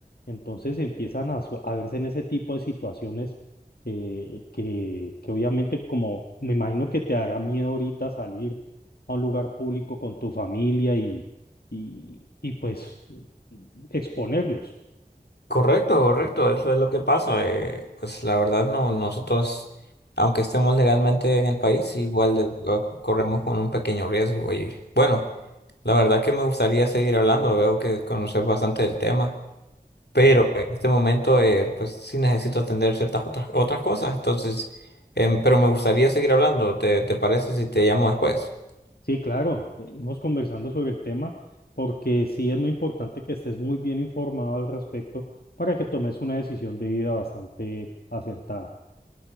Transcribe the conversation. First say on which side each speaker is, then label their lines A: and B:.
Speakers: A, on the left; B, on the left.
A: Entonces empiezan a, su- a verse en ese tipo de situaciones eh, que, que obviamente, como me imagino que te hará miedo ahorita salir a un lugar público con tu familia y, y, y pues exponerlos.
B: Correcto, correcto, es lo, es lo que pasa. eh, pues la verdad no, nosotros, aunque estemos legalmente en el país, igual de- lo- corremos con un pequeño riesgo. Y bueno, la verdad que me gustaría seguir hablando, veo que conoces bastante del tema. pero
A: Claro.
B: en este momento eh, pues sí necesito atender ciertas otras, otras cosas, entonces, em, pero me gustaría seguir hablando, ¿te, te parece si te llamo después?
A: Sí, claro. Seguimos conversando sobre el tema porque sí es muy importante que estés muy bien informado al respecto para que tomes una decisión de vida bastante acertada.